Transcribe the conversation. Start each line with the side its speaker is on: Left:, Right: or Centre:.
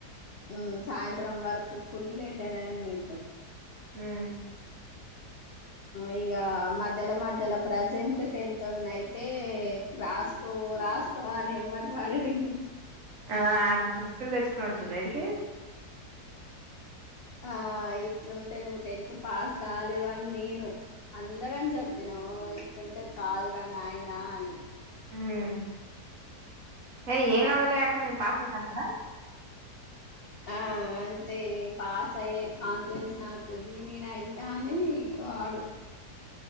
Left: అమ్ సాయంత్రం వరకు ఫుల్ ఎంటర్టైన్మెంట్
Right: అమ్
Left: ఇక మధ్యలో మధ్యలో ప్రజెంట్ టెన్త్ ఉన్నా అయితే రాసుకో రాసుకో అని ఏం మాట మాడాడి
Right: ఆ ఆరు బుక్లు తెచ్చుకోవచ్చు రైడ్ డికి
Left: ఆ ఇట్లుంటే నువ్వు టెన్త్ పాస్ కాలేవ అని నేను అందరని చెప్పిన ఇట్లుంటే కాదురా నాయనా అని
Right: ఆమ్ అయ్యే ఎం కాదులే అక్క నేను పాస్ అయితా అన్నాడా
Left: ఆ అంతే నేను పాస్ అయ్యే కాన్ఫిడెన్స్ నాకు ఉంది నేను అయితాని వాడు